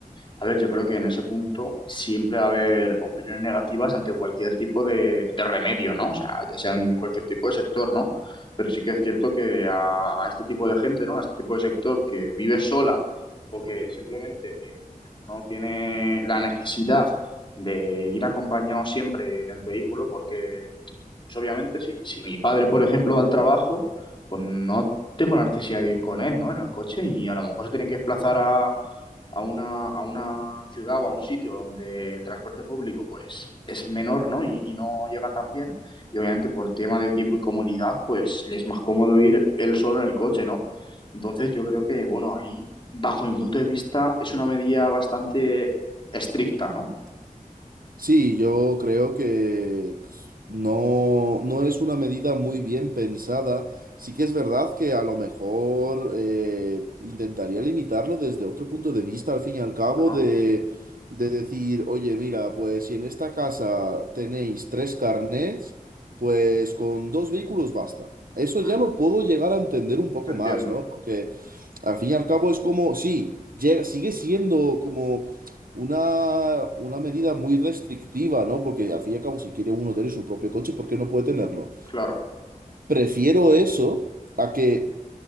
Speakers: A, on the left; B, on the right.
A: A ver, yo creo que en ese punto siempre va a haber opiniones negativas ante cualquier tipo de, de remedio, ¿no? O sea, ya sean cualquier tipo de sector, ¿no? Pero sí que es cierto que a, a este tipo de gente, ¿no? A este tipo de sector que vive sola o que simplemente eh, no tiene la necesidad de ir acompañado siempre en el vehículo, porque, pues obviamente, si, si mi padre, por ejemplo, va al trabajo, pues no tengo la necesidad de ir con él, ¿no? En el coche y a lo mejor se tiene que desplazar a a una, a una ciudad o a un sitio donde el transporte público pues es menor, ¿no? Y, y no llega tan bien. Y obviamente por tema de tiempo y comodidad, pues le es más cómodo ir él solo en el coche, ¿no? Entonces yo creo que, bueno, ahí, bajo mi punto de vista, es una medida bastante estricta, ¿no?
B: Sí, yo creo que pues, no, no es una medida muy bien pensada. Sí que es verdad que a lo mejor eh, intentaría limitarlo desde otro punto de vista, al fin y al cabo,
A: Ajá.
B: de, de decir, oye, mira, pues si en esta casa tenéis tres carnets, pues con dos vehículos basta. Eso
A: Ujú.
B: ya lo puedo llegar a entender un poco
A: Entiendo,
B: más, ¿no? Porque al fin y al cabo es como, sí, llega- sigue siendo como una, una medida muy restrictiva, ¿no? Porque al fin y al cabo, si quiere uno tener su propio coche, ¿por qué no puede tenerlo?
A: claro.
B: Prefiero eso a que